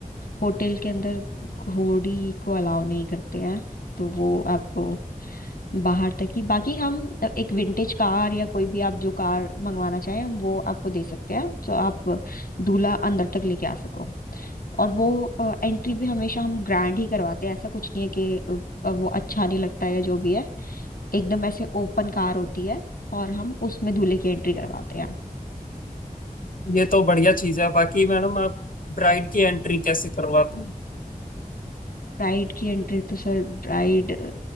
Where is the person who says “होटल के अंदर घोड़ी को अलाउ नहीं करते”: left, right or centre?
Left